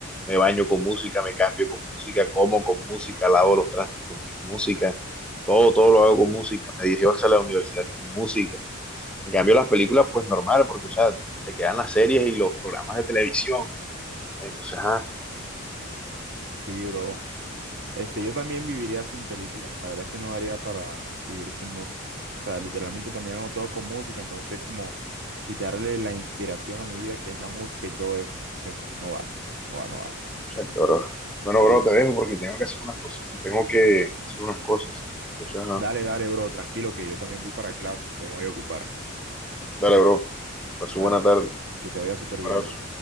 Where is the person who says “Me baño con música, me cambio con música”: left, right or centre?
Centre